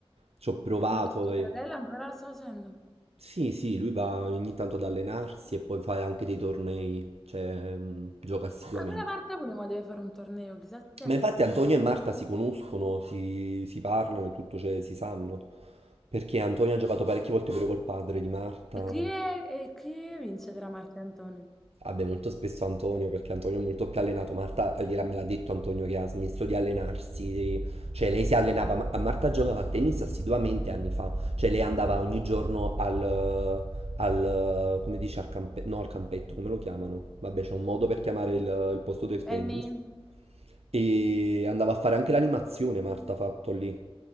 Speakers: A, on the right; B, in the centre.
A: Ci ho provato
B: Ma tu- tuo
A: e...
B: fratello ancora lo sta facendo?
A: Sì, sì, lui va ogni tanto ad allenarsi e poi fa anche dei tornei, cioè mh, gioca assiduamente.
B: Ah, quella Marta pure ma deve fare un torneo, chissà se si acchiappa.
A: Ma infatti Antonio e Marta si conoscono, si, si parlano e tutto, cioè si sanno, perché Antonio ha giocato parecchie volte pure col padre di Marta.
B: E chi, è- e chi vince tra Marta e Antonio?
A: Vabbè, molto spesso Antonio, perché Antonio è molto più allenato. Marta eh, gliela me l'ha detto Antonio che ha smesso di allenarsi, cioè lei si allenava, ma- eh, Marta giocava a tennis assiduamente anni fa, cioè lei andava ogni giorno al, al come dice, al campe- no, al campetto, come lo chiamano? Vabbè, c'è un modo per chiamare il, il posto del
B: Penny,
A: tennis. E andava a fare anche l'animazione, Marta ha fatto lì.